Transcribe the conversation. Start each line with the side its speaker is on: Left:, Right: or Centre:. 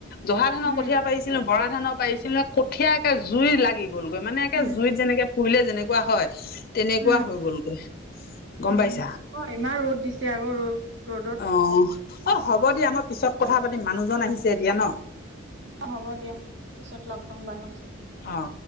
Left: জহা ধানৰ
Right: উম
Left: কঠীয়া পাৰিছিলো বৰা ধান পাৰিছিল ন কঠিয় একে জুই লাগি গলগৈ মানে একে
Right: উম
Left: জুইত যেনেকে পুৰিলে যেনেকুৱা হয় তেনেকুৱা
Right: উম
Left: হৈ গ'লগৈ গম
Right: উম
Left: পাইছ
Right: অ ইমান ৰ'দ দিছে আকৌ ৰ'দ ৰ'দত
Left: অ অ হ'ব দিয়া মই পিছত কথা পাতিম মানুহজন আহিছে এতিয়া ন
Right: অ হ'ব দিয়া পিছত লগ পাম বাৰু
Left: অ